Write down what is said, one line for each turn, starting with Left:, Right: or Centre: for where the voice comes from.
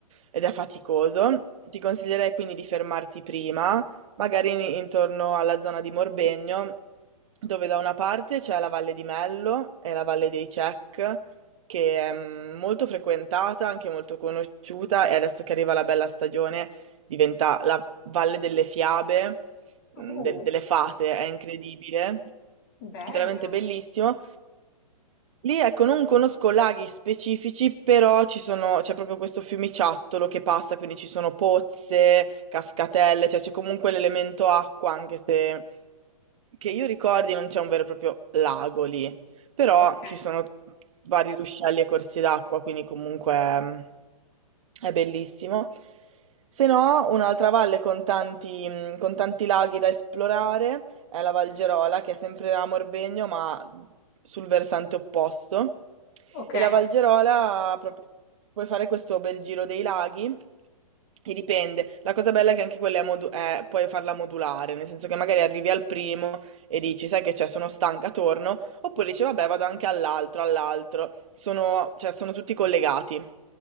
Right: ed è faticoso. Ti consiglierei quindi di fermarti prima, magari in- intorno alla zona di Morbegno, dove da una parte c'è la Valle di Mello e la Valle dei Cech, che è mm, molto frequentata, anche molto conosciuta, e adesso che arriva la bella stagione diventa la Valle delle Fiabe mh,
Left: Oh,
Right: de- delle fate, è incredibile,
Left: bello.
Right: è veramente bellissimo. Lì, ecco, non conosco laghi specifici, però ci sono, c'è proprio questo fiumiciattolo che passa, quindi ci sono pozze, cascatelle, cioè c'è comunque l'elemento acqua, anche se che io ricordi non c'è un vero e proprio lago lì, però
Left: Ok,
Right: ci sono vari ruscelli e corsi d'acqua, quindi comunque mm, è bellissimo. Se no, un'altra valle con tanti, mm, con tanti laghi da esplorare è la Valgerola, che è sempre a Morbegno, ma sul versante opposto.
Left: ok.
Right: E la Valgerola, proprio, puoi fare questo bel giro dei laghi. E dipende. La cosa bella è che anche quella è, modu- è- puoi farla modulare, nel senso che magari arrivi al primo e dici, sai che c'è, sono stanca, torno, oppure dici, vabbè, vado anche all'altro, all'altro. Sono, cioè, sono tutti collegati.